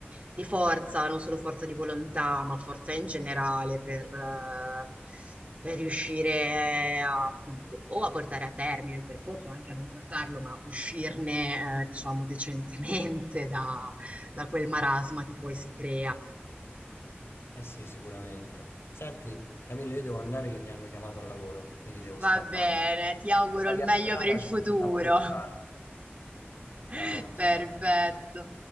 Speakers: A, on the right; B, on the left.
A: di forza, non solo forza di volontà, ma forza in generale per, eh, per riuscire a, appunto o a portare a termine il percorso, o anche a non portarlo, ma uscirne, eh, diciamo, decentemente da, da quel marasma che poi si crea.
B: Eh sì, sicuramente. Senti, Camillo, io devo andare che mi hanno chiamato al lavoro, quindi devo scappare.
A: Va bene, ti auguro
B: per la
A: il
B: chiacchierata,
A: meglio per il
B: ci
A: futuro.
B: sentiamo più tardi.
A: <laughs>
B: Ciao, ciao.
A: Perfetto.